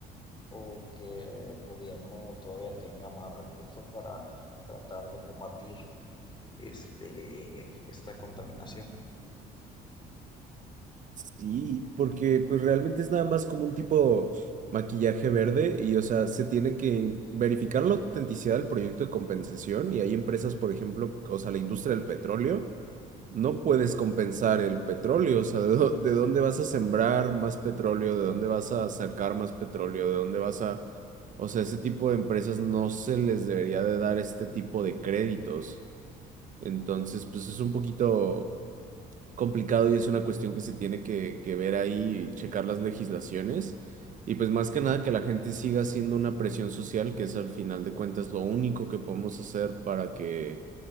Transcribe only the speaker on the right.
Sí, porque pues realmente es nada más como un tipo maquillaje verde y o sea, se tiene que verificar la autenticidad del proyecto de compensación y hay empresas, por ejemplo, o sea, la industria del petróleo no puedes compensar el petróleo, o sea, ¿de, dó- de dónde vas a sembrar más petróleo? ¿De dónde vas a sacar más petróleo? ¿De dónde vas a... O sea, ese tipo de empresas no se les debería de dar este tipo de créditos. Entonces, pues es un poquito complicado y es una cuestión que se tiene que, que ver ahí y checar las legislaciones. Y pues más que nada que la gente siga haciendo una presión social, que es al final de cuentas lo único que podemos hacer para que,